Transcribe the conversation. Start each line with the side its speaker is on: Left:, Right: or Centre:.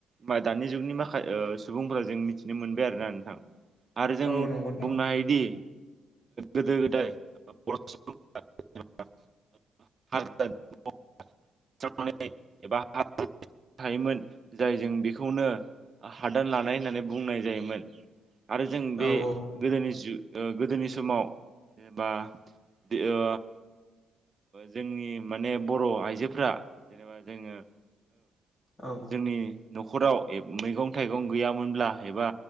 Right: माने दानि जुगनि माखा सुबुंफोराव जों मिथिनो मोनबाय आरोना नोंथां । आरो जों
Left: औ नंगौ नोंथां
Right: बुंनो
Left: औ
Right: हायोदि गोदो गोदाय <unintelligible> <unintelligible> एबा थायोमोन जाय जों बेखौनो हादान लानाय होननानै बुंनाय जायोमोन । आरो जों बे
Left: औ
Right: गोदोनि जु ओ गोदोनि समाव जेनेबा ओ जोंनि माने बर' आइजोफोरा जेनेबा जोङो
Left: औ
Right: जोंनि न'खराव मैगं थाइगं गैयामोनब्ला एबा